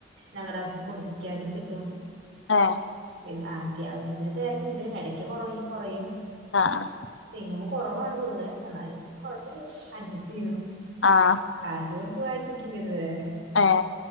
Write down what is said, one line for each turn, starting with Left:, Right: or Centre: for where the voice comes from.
Right: ഞങ്ങളുടെ ആവശ്യത്തിം പൊടിക്കാനും കിട്ടും
Left: ആഹ
Right: പിന്നെ അത്യാവശ്യത്തിന് തിരങ്ങുണ്ട് ഇടയ്ക്ക് കുറയും കുറയും
Left: ഏഹ്
Right: തെങ്ങോ കുറവാണ് പൊതുവെ എന്നാലും കുഴപ്പല്ല അച് സറ്റീ
Left: ആഹ്
Right: കാശ ചേർത്ത് വായിച്ചിട്ടില്ലന്ന് വരെ
Left: എ